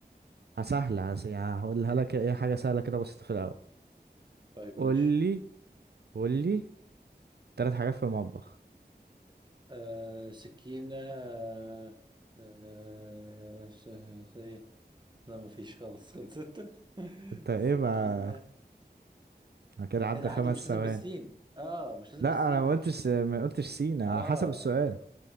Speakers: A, on the right; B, on the right.
A: سهلة هس- يعني هقولها لك ايه حاجة سهلة كده بسيطة في الأول
B: طيب
A: قول
B: ماشي
A: لي قول لي تلات حاجات في المطبخ
B: أه سكينة أه أه س- س- ايه لا مفيش خلاص خلصت <laughs>
A: انت ايه
B: سكينة
A: بقى أنا كده عدى
B: ايه ده
A: خمس
B: عادي مش لازم
A: ثواني
B: بالسين اه مش لازم
A: لا
B: بالسين
A: انا ما قلتش
B: انا شايف ليه
A: ما قلتش سينا
B: اه
A: على حسب السؤال